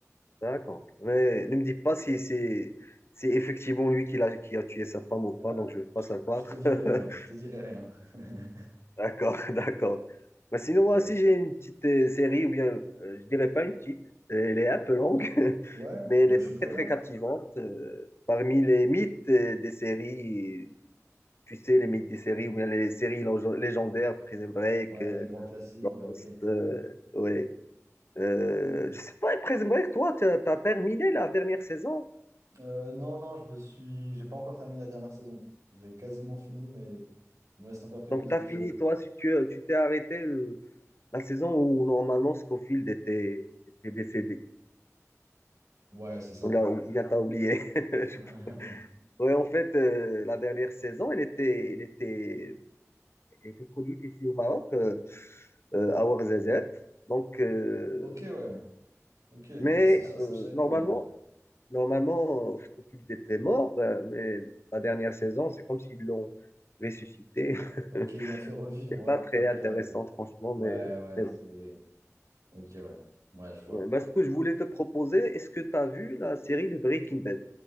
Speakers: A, on the left; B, on the right.
A: D'accord. Mais ne me dis pas si c'est c'est effectivement lui qui l'a- qui a tué sa femme ou pas,
B: Ah,
A: donc je veux
B: je
A: pas savoir.
B: te, je te dirai
A: <laughs>
B: rien, je te dirai rien. <laughs>
A: D'accord, <laughs> d'accord. Bah, sinon, moi
B: Ouais,
A: aussi, j'ai une petite euh, série, ou bien, euh, je dirais pas une petite, euh, elle est un peu longue, <laughs>
B: Ouais,
A: mais elle
B: bah,
A: est
B: je suis preneur.
A: très, très captivante. Euh, parmi les mythes euh, des séries, tu sais, les mythes des séries, ou bien les séries lég- légendaires, Prison Break,
B: Ouais,
A: euh,
B: les grands classiques, ouais, ok.
A: Lost, euh, ouais. Euh, je sais pas, Prison Break, toi, tu as terminé la dernière saison,
B: Euh, non, non, je me suis. J'ai pas encore terminé la dernière saison. J'ai quasiment fini, mais il me reste encore quelques
A: donc tu
B: épisodes.
A: as fini, toi, si tu euh, tu t'es arrêté euh, la saison où normalement Scofield était, était décédé.
B: Ouais, c'est ça.
A: On l'a ou- bien t'as oublié. <laughs> Je-
B: <laughs>
A: Ouais, en fait, euh, la dernière saison, elle était, elle était, elle était produite ici au Maroc, euh, euh, à Ouarzazate. Donc, euh,
B: Ok, ouais. Ok.
A: mais
B: Bah, ça, ça, ça,
A: euh,
B: je savais
A: normalement,
B: pas, ouais.
A: normalement, euh, je trouve qu'ils étaient morts, euh, mais la dernière saison, c'est comme s'ils l'ont ressuscité. <laughs>
B: Ok, ils l'ont fait revivre,
A: C'est
B: ouais.
A: pas très
B: Ok,
A: intéressant,
B: ouais.
A: franchement,
B: Ouais,
A: mais,
B: ouais,
A: mais
B: c'est.
A: bon.
B: Ok, ouais. Ouais, je vois.
A: Ouais, bah, ce que je voulais te proposer, est-ce que tu as vu la série de Breaking Bad?